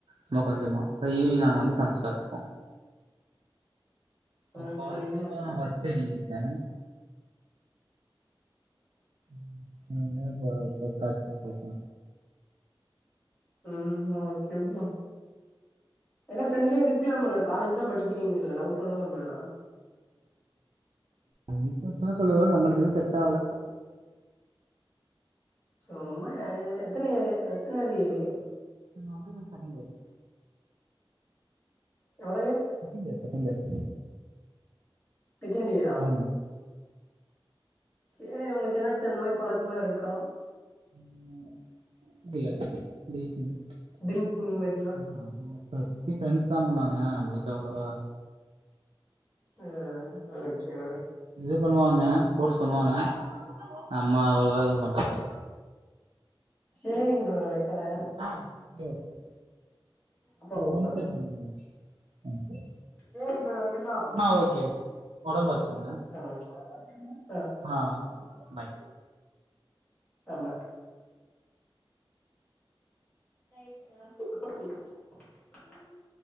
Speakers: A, on the right; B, on the left.
A: சும்மா கொஞ்சமா அப்பறோ ஈவினிங் நாங்க வந்து சமச்சி சாப்ட்டுப்போ நா
B: ஓகே
A: பார்ட் டைமா ஒர்க் தேடிகிட்ருக்கே ம் என்ன இது <unintelligible> பேசுவோ
B: ம் ஓகே ப்ரோ எல்லா ஃப்ரண்ட்லியா இருக்கலாம்ல காலேஜ் தா படிக்கிறீங்கல்ல லவ் பண்ணலாமுல்ல
A: என்ன சொல்லவரே நம்மளுக்கு எது செட்டாவல
B: சும்மா ஏ எத்தன யே எத்தன இயரி
A: நா வந்து செகண்ட் இயரு
B: எவ்ளோ year
A: second year second year
B: second இயரா
A: ஆமா
B: சேரி உங்களுக்கு எதாச்சு அந்த மாரி பழக்கம்லா இருக்கா
A: உ இல்ல புரியல
B: டிரிங்கு இந்த மாரி
A: உஹ் ஹு அது இல்ல சுத்தி ஃபரெண்ஸ் தா பண்ணுவாங்க நம்ளுக்கு அவ்ளவா
B: ஆ ஓகே ஓகே
A: இது பண்ணுவாங்க ஃபோர்ஸ் பண்ணுவாங்க நம்ம அவ்ளவா எது பண்றதுல
B: சேரிங்க ப்ரோ வக்கிறே
A: ஆ சேர் சேர்
B: அப்றோ கூப்பட்றே
A: ஒன் சைட் தானுங்க
B: சேரி ப்ரோ நா வைக்கட்டா
A: அ ஓகே ஒடம்பாத்துக்கங்க
B: ஆ ஒகே அ
A: ஆ பாய்
B: ஆமா ஆய்ருச்சா ஆய்ர்ச்சி உ